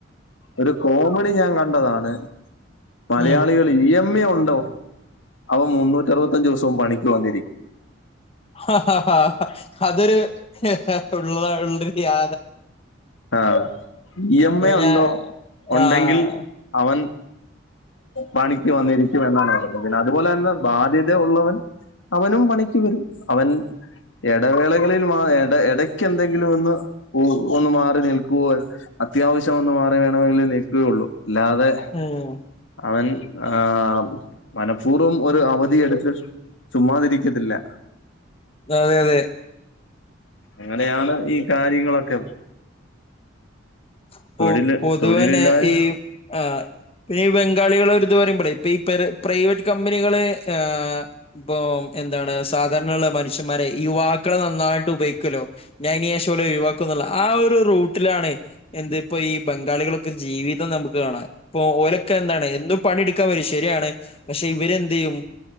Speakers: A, on the left; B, on the left.
A: ഒരു കോമഡി ഞാൻ കണ്ടതാണ്. മലയാളികൾ
B: ഉം
A: ഇ എം എ ഉണ്ടോ അവൻ മുന്നൂറ്ററുപതഞ്ചു ദിവസോം പണിക്ക് വന്നിരിക്കും.
B: ഹ ഹ ഹാ അതൊരു ഉള്ള ഉള്ളര് യാ
A: ആഹ് ഇ എം എ
B: ഞാൻ
A: ഉണ്ടോ ഉണ്ടെങ്കിൽ
B: ആഹ്
A: അവൻ പണിക്ക് വന്നിരിക്കും എന്നാണ് പറഞ്ഞത് പിന്നെ അതുപോലെ തന്നെ ബാധ്യത ഉള്ളത് അവനും പണിക്ക് വരും അവൻ എടവേളകളിൽ മാ എട ഇടക്ക് എന്തെങ്കിലും ഒന്ന് പോവോഒന്ന് മാറി നിൽക്കോ അത്യാവശ്യം ഒന്ന് മാറി വേണമെങ്കിൽ നിൽക്കുകയുള്ളൂ അല്ലാതെ
B: ഉം
A: അവൻ ആഹ് മനപൂർവ്വം ഒരു അവധി എട്ത്ത് ചുമ്മാതിരിക്കത്തില്ല
B: അതെ അതെ
A: അങ്ങനെയാണ് ഈ കാര്യങ്ങളൊക്കെ
B: ഇപ്പോപൊതുവനെ
A: തൊഴില് തൊഴിലില്ലായ്മ
B: ഈ ആഹ് പിന്നെ ഈ ബംഗാളികളെരിത് പറയുമ്പളേ ഇപ്പൊ ഇപെരെ പ്രൈവറ്റ് കമ്പനികള് ഏഹ് ഇപ്പൊ എന്താണ് സാധാരണള്ള മനുഷ്യന്മാരെ യുവാക്കളെ നന്നായിട്ട് ഉപൈക്കല്ലോ? ഞാന് അയ്നേഷം ഓലേ ഒയിവാക്കോന്ന്ള്ള ആഹ് ഒരു റൂട്ടിലാണേ എന്തേ ഇപ്പ ഈ ബംഗാളികളൊക്കൊര്ജീവിതം നമുക്ക് കാണാം ഇപ്പൊ ഓലൊക്കെ എന്താണ് എന്നും പണിയെടുക്കാൻ വരും ശരിയാണ് പക്ഷെ ഇവരെന്ത് ചെയ്യും